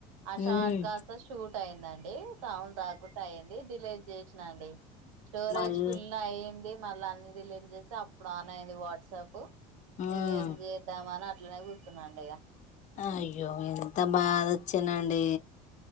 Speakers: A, on the right (about 85°); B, on the left (about 50°).
A: ఆ
B: ఉమ్
A: షార్ట్ కాస్ట్ షూట్ అయిందండి సౌండ్ రాకుండా అయింది డిలేట్ చేసినా అండి స్టోరేజ్
B: మళ్
A: ఫుల్ అయ్యంది మల్ల అన్ని డిలీట్ చేస్తే అప్పుడు ఆన్ అయ్యంది వాట్సాప్
B: ఉమ్
A: ఇకేం చేద్దామ అని అట్లనే కూర్చున్నాండి ఇక
B: అయ్యో ఎంత బాధ చినండి